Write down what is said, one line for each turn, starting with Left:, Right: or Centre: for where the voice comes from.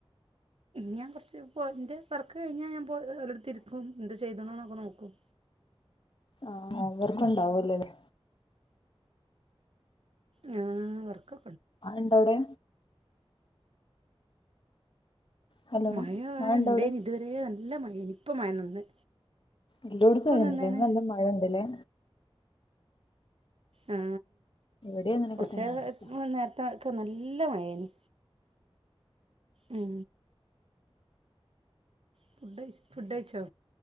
Right: ഞാൻ കുറച്ച് <unintelligible> ന്റെ വർക്ക്‌ കഴിഞ്ഞാൽ ഞാൻ പോ ഓലോടുത്തിരിക്കും എ ചെയ്തിണോ ന്ന് നോക്കും
Left: ആഹ് അവർക്ക ഇണ്ടാവല്ലല്ലേ
Right: ഞാ വർകൊക്കെ
Left: ആൾ ണ്ടോ അവിടെ ഹലോ
Right: മഴ
Left: ഇണ്ടോ
Right: ഇണ്ടേനി
Left: അവിടെ
Right: ഇതുവരെ നല്ല മഴ ഇനിപ്പ മഴ നിന്ന്
Left: എല്ലോട്ത്തും
Right: ഇപ്പം
Left: അതന്നെ
Right: നിന്നാണ്
Left: ല്ലെ ഇന്ന് നല്ല മഴ ഇണ്ടല്ലേ
Right: ആ
Left: ഇവിടെ അങ്ങനെയൊക്കെ
Right: കുറച്ച
Left: തന്നെ അവസ്ഥ
Right: നേരത്തെ ഒക്കെ നല്ല മഴേനി ഉം ഫു ഫുഡഴച്ചോ